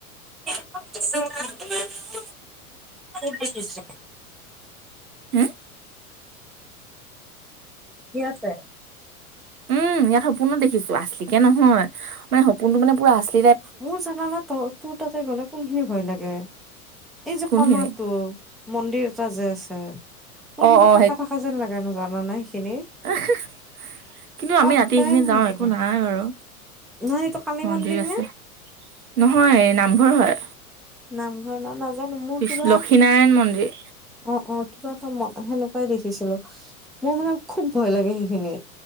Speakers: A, in the centre; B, on the right.
A: <unintelligible>
B: হুম।
A: কি আছে?
B: উম, ইয়াত সপোনত দেখিছো। আছিলিকে নহয় মানে, সপোনটো মানে পুৰা আছলি।
A: মোৰ জানা নে, ত তোৰ তাতে গ'লে কোনখিনি ভয় লাগে? এই যে
B: কোনখিনি
A: কণাতটো মন্দিৰ এটা যে আছে, মোৰ
B: অ
A: কিবা
B: অ
A: থাকা থাকা যেন লাগে। জাননা নাই সেইখিনি।
B: উহু। কিন্তু
A: সদায়
B: আমি ৰাতি এইখিনি
A: মোৰ
B: যাওঁ
A: সেইখিনি
B: একো নাই বাৰু
A: নাই এইটো কালি
B: মন্দিৰ আছেঁ।
A: নে
B: ন'হয় নামঘৰ হয়।
A: নামঘৰ নে নাজানো মোৰ
B: পিছ
A: কিবা অ',
B: লক্ষীনাৰায়ণ মন্দিৰ
A: অ', কিবা এটা মতা সেনেকুৱাই দেখিছিলো মোৰ মানে খুব ভয় লাগে সেইখিনি।